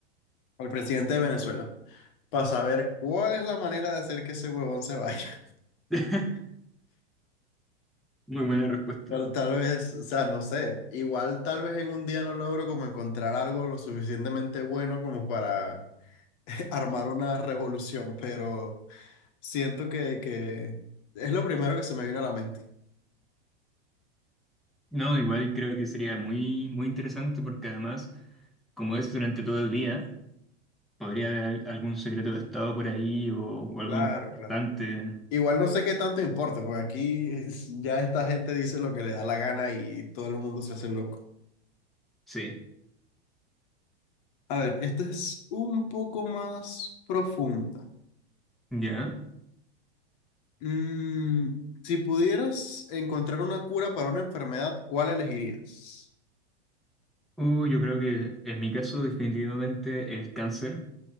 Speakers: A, on the left (about 50°); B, in the centre.
A: al presidente de Venezuela. Para saber cuál es la manera de hacer que ese huevón se vaya. <laughs>
B: <laughs> Muy buena respuesta.
A: Tal, tal vez, o sea, no sé. Igual tal vez en un día no logro como encontrar algo lo suficientemente bueno como para <laughs> armar una revolución, pero... Siento que, que es lo primero que se me vino a la mente.
B: No, igual creo que sería muy, muy interesante porque además, como es durante todo el día, podría haber al- algún secreto de Estado por ahí o, o algo
A: Claro,
B: importante.
A: claro. Igual no sé qué tanto importa, porque aquí es- ya esta gente dice lo que le da la gana y todo el mundo se hace loco.
B: Sí,
A: A ver, esta es un poco más profunda.
B: ya.
A: Mm, si pudieras encontrar una cura para una enfermedad, ¿cuál elegirías?
B: Uh, yo creo que en mi caso definitivamente el cáncer,